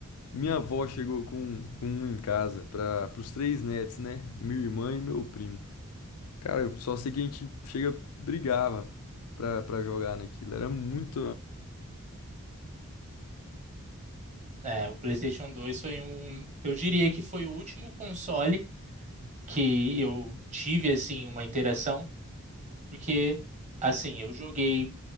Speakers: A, on the left (about 80°); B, on the right (about 30°).
A: minha avó chegou com, com um em casa para os três netos, né? Minha irmã e meu primo. Cara, eu só sei que a gente chega, brigava pra, pra jogar naquilo. Era muito,
B: é, o PlayStation 2 foi um, eu diria que foi o último console que eu tive assim uma interação, porque assim, eu joguei